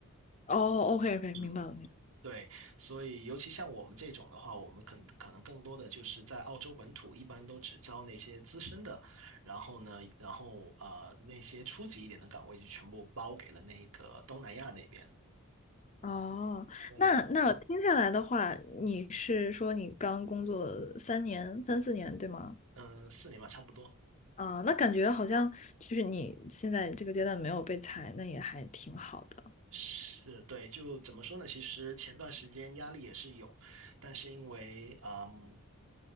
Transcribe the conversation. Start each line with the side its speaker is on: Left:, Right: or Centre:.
Left: 哦，OK OK，
Right: 嗯，
Left: 明白了，明白了。
Right: 对，所以尤其像我们这种的话，我们可能可能更多的就是在澳洲本土，一般都只招那些资深的，然后呢，然后啊、呃那些初级一点的岗位就全部包给了那个东南亚那边。
Left: 哦，
Right: 对，
Left: 那那听下来的话，你是说你刚工作三年、三四年，对吗？
Right: 嗯，四年吧，差不多。
Left: 啊，那感觉好像就是你现在这个阶段没有被裁，那也还挺好的。
Right: 是对，就怎么说呢？其实前段时间压力也是有，但是因为嗯，